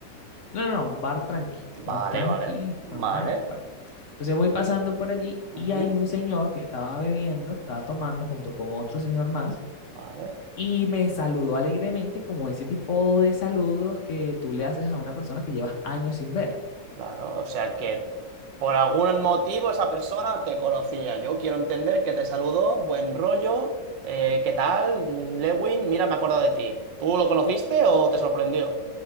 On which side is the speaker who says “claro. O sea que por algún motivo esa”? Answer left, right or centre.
Right